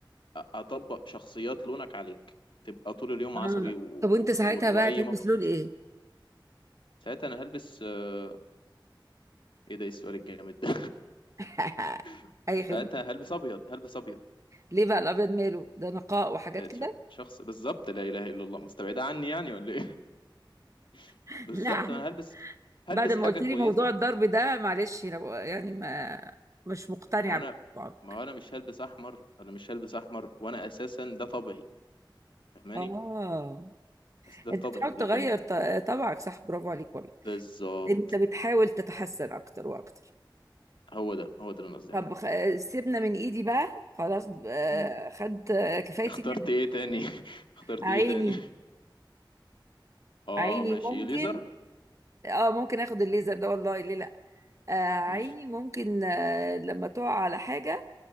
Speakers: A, on the left; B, on the right.
A: اطبق شخصيات لونك عليك تبقى طول اليوم
B: اه
A: عصبي و...
B: طب وانت
A: و...
B: ساعتها
A: واي
B: بقى تلبس
A: موقف
B: لون
A: يحصل
B: ايه
A: ساعتها انا هلبس آه، ايه ده إيه السؤال الجامد ده
B: <laughs>
A: <laughs>
B: اي خدمة
A: ساعتها هلبس ابيض هلبس ابيض
B: ليه بقى الابيض ماله ده نقاء وحاجات
A: آه،
B: كده
A: ش- شخص بالظبط لا اله الا الله مستبعده عني يعني ولا ايه <laughs>
B: <laughs>
A: بالظبط
B: لا
A: انا هلبس هلبس
B: بعد ما
A: حاجه
B: قلت
A: كويسه
B: لي موضوع الضرب ده معلش انا بقى- يعني ما مش مقتنعه
A: ما هو انا
B: بالموضوع
A: ما هو انا مش هلبس احمر انا مش هلبس احمر وانا اساسا ده طبيعي فاهماني
B: اه
A: بس ده
B: انت
A: طبيعي
B: بتحاول
A: لكن
B: تغير ط- طبعك صح برافو عليك والله
A: بالظبط
B: انت بتحاول تتحسن اكتر واكتر
A: هو ده هو ده اللي انا قصدي
B: طب
A: عليه
B: خ- سيبنا من ايدي بقى خلاص آه،
A: مم.
B: خدت آه، كفايتي
A: اخترت
B: منها
A: ايه تاني <laughs> اخترت
B: عيني
A: ايه تاني اه
B: عيني
A: ماشي
B: ممكن
A: ايه ليزر
B: اه ممكن اخد الليزر ده والله ليه لا آه، عيني
A: ماشي
B: ممكن آه، لما تقع على حاجة